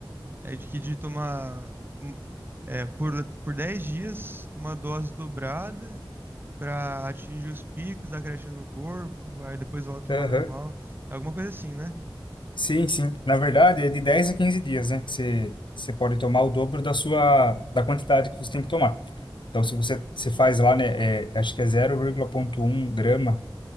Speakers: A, on the right (about 25°); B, on the left (about 70°).
A: É de que de tomar hum, é, por, por 10 dias uma dose dobrada para atingir os picos da creatina no corpo, aí depois volta a tomar
B: Aham.
A: normal. Alguma coisa assim, né?
B: Sim, sim. Na verdade, é de 10 a 15 dias, né, que você, você pode tomar o dobro da sua, da quantidade que você tem que tomar. Então, se você, você faz lá, né, é, acho que é zero vírgula um grama